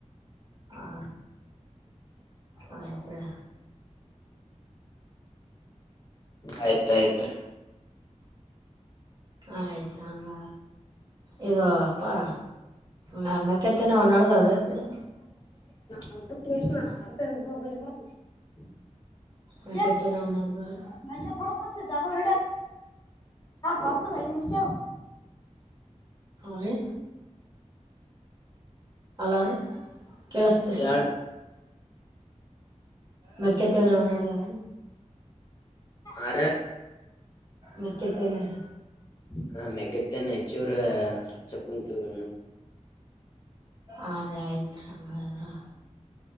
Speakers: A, on the right; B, on the left.
A: ಹ ಆ್ರೆ
B: ಆಯ್ತ ಆಯ್ತು
A: ಆಯ್ತುಂಗ ಇದಪ್ಪಾ ಹ ಮಕತ್ತ ನಾವ್ ನಡದಾವ್ರಿ ಯಾವ ಕಡೆ
B: ಹ ಬುಟ್ಟಿಗೆ ಸ್ ನ ತ ಬಬಜ ಬ
A: ಮೆಕ್ಕೆತೆನವ
B: ಗ
A: ನಡ್ದಾವ್ರಿ
B: ಡಕ ಡಬಲ್ ಎಡಾ ಬರ್ತದೆ ಐದು ನಿಮಿಷ
A: ಹ್ರೀ ಅಲಾರೆ ಕೆೇಳಿಸತ್ರ
B: ಹೇಳ್
A: ಮಕ್ಕೆತ್ತವನ ಉನ್ನಡ್ದಾವ
B: ಆ
A: ಮಕ್ಕತ್ತನರ
B: ಹ ಮೆಕತ್ತನ್ ಹೆಚ್ಚೂರ ಚಕ್ಕಂಚೂರನು
A: ಆ ರ ಆಯ್ತ್ು ರೀ ಹಂಗಾದ್ರ